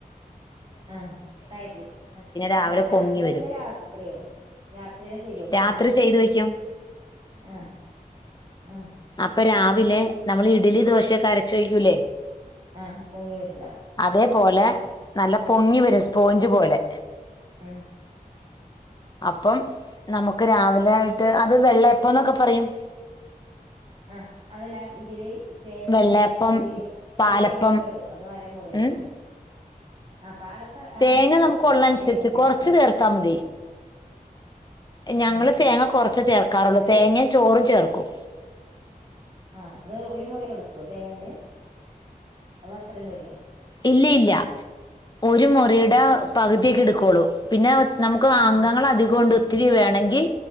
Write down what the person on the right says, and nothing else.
ആഹ് തൈര്
അതല്ല
ഇതൊക്കെ
രാത്രിയോ രാത്രിനെ ചെയ്തൊക്കുവോ
തൊക്കെ
ആഹ് ആഹ്
ആഹ് പൊങ്ങി വരുണ്ടാവും
മ്
ആഹ് അതല്ല ഇതില് തേങ്ങൊക്കെ
എങ്ങനെ ഒരു
ഒരു തേങ്ങയൊക്കെ ഇടോ അതോ അരമുറിയൊക്കെ
ആഹ് പാലപ്പം
അങ്ങനെ വെച്ചിട്ടുണ്ട്
തേങ്ങക്കെ അരച്ച്
ആഹ്
ഒരു
ആഹ് അത് ഒരു മുറി എടുക്കുവോ തേങ്ങേന്റെ അതൊ അത്രയൊന്നുംല്ലേ
ആഹ്
ആഹ്